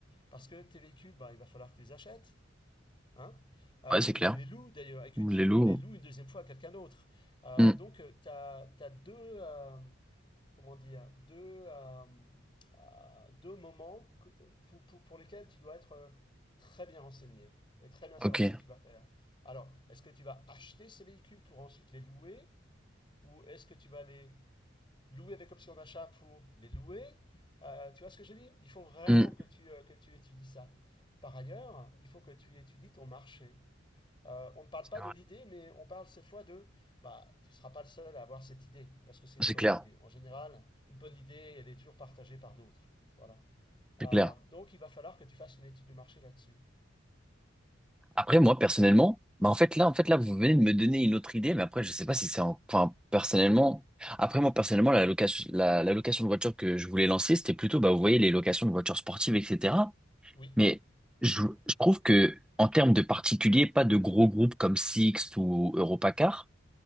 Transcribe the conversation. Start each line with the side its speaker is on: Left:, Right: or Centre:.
Left: Parce que tes véhicules, ben, il va falloir que tu les achètes, hein, euh,
Centre: Ouais,
Left: ou
Centre: c'est
Left: que
Centre: clair.
Left: tu les loues d'ailleurs, et que
Centre: Les
Left: tu
Centre: loups.
Left: les loues une deuxième fois à quelqu'un d'autre. Euh,
Centre: hmm,
Left: donc, tu as, deux, euh, comment dire, deux, euh, euh, deux moments que- pour, pour- pour lesquels tu dois être euh, très bien renseigné et très bien
Centre: Ok.
Left: savoir ce que tu vas faire. Alors, est-ce que tu vas acheter ces véhicules pour ensuite les louer, ou est-ce que tu vas les louer avec option d'achat pour les louer? Euh, tu vois ce que je dis Il faut vraiment
Centre: Hmm.
Left: que tu, euh, que tu étudies ça. Par ailleurs, il faut que tu étudies ton marché. Euh, on ne parle
Centre: C'est
Left: pas
Centre: vrai.
Left: de l'idée, mais on parle cette fois de bah, tu ne seras pas le seul à avoir cette idée, parce que c'est
Centre: C'est
Left: une bonne
Centre: clair.
Left: idée. En général, une bonne idée, elle est toujours partagée par d'autres. Voilà. Euh,
Centre: C'est clair.
Left: donc, il va falloir que tu fasses une étude de marché là-dessus.
Centre: Après, moi, personnellement, bah, en fait, là, en fait, là, vous venez de me donner une autre idée, mais après, je sais pas si c'est en- enfin, personnellement, après, moi, personnellement, la location, la, la location de voiture que je voulais lancer, c'était plutôt, bah, vous voyez, les locations de voitures sportives, etc.
Left: Oui,
Centre: Mais je, je trouve que, en termes de particuliers, pas de gros groupes comme Sixt ou Europacar,